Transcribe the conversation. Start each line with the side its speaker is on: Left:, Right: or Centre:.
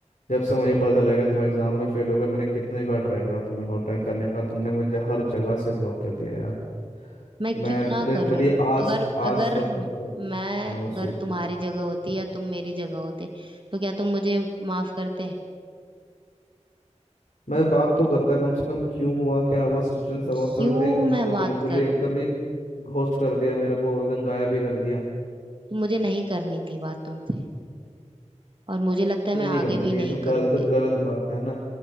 Left: जब से मुझे पता चला कि तुम एग्ज़ाम में फेल हो गए मैंने कितनी बार ट्राई करा तुम्हें कांटेक्ट करने का तुमने मुझे हर जगह से ब्लॉक कर दिया यार
Right: मैं
Left: मैं
Right: क्यों ना
Left: लिटरली
Right: करूं
Left: आज
Right: अगर
Left: आज
Right: अगर
Left: तक पछता हूँ
Right: मैं
Left: मैं उस
Right: अगर
Left: चीज़ के
Right: तुम्हारी
Left: लिए
Right: जगह होती या तुम मेरी जगह होते तो क्या तुम मुझे माफ करते
Left: मैं बात तो करता कम से कम क्यों हुआ क्या हुआ सिचुएशन समझता
Right: क्यों
Left: तो सही तुमने
Right: मैं
Left: तो
Right: बात
Left: बिल्कुल
Right: करूं
Left: ही एकदम ही घोस्ट कर दिया मेरे को एकदम गायब ही कर दिया
Right: तो मुझे नहीं करनी थी बात तुमसे और मुझे लगता
Left: क्यों
Right: है मैं
Left: नहीं
Right: आगे
Left: करने थे
Right: भी
Left: ये
Right: नहीं
Left: तो गल,
Right: करूंगी
Left: ये तो गलत बात है ना